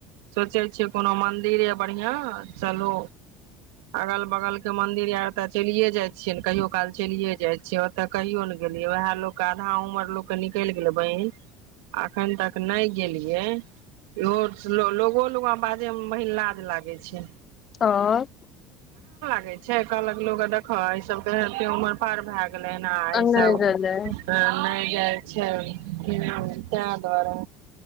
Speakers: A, on the right; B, on the left.
A: सोचे छीियै कोनो मंदिर ये बढ़िया चलो अगल बगल के मंदिर यते चलिये जाय छियै ने कहियो काल चलिये जाय छिये ओते कहियो ने गेलिय उएह लोकके आधा उमर लोक के निकलि गेलै बहीन अखन तक नहि गेलियए इहो लोगो लग बाजे मे बहीन लाज लागै छै
B: आँ
A: कहैय जैत कहलक लोग देख ई सबे उमर पार भए गेल लेनाय
B: आ नहि
A: सब
B: गेले
A: नहि जाइ चल ह तै द्वारे